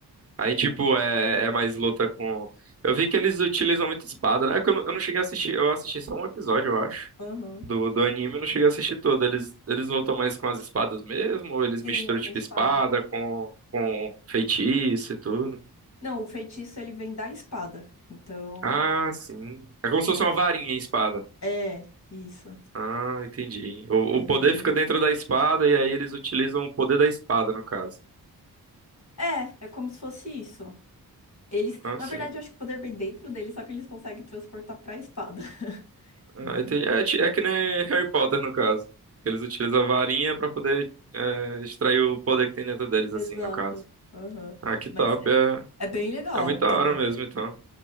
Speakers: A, on the right; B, on the left.
A: Aí, tipo,
B: Vai-
A: é, é mais luta com. Eu vi que eles utilizam muito espada, né? É que Eu não, eu não cheguei a assistir, eu assisti só um episódio, eu acho.
B: Aham.
A: Do, do anime, eu não cheguei a assistir todo. Eles, eles lutam mais com as espadas mesmo? Ou eles
B: Sim,
A: misturam,
B: é com
A: tipo,
B: espada.
A: espada com, com feitiço e tudo?
B: Não, o feitiço ele vem da espada. Então,
A: Ah, sim. É como
B: da
A: se fosse
B: espada.
A: uma varinha em espada.
B: É, isso.
A: Ah, entendi. O,
B: Mas
A: o poder
B: ele
A: fica dentro da espada e aí eles utilizam o poder da espada, no caso.
B: é, é como se fosse isso. Eles,
A: Ah,
B: na
A: sim.
B: verdade, eu acho que o poder vem dentro deles, só que eles conseguem transportar pra espada. <laughs> Entendeu?
A: Ah, entendi. É, ti- é que nem Harry Potter, no caso. Eles utilizam a varinha pra poder é, extrair o poder que tem dentro deles,
B: Exato.
A: assim, no caso.
B: Aham.
A: Ah, que top.
B: Mas é,
A: É,
B: é bem legal
A: é muito da
B: também.
A: hora mesmo, então.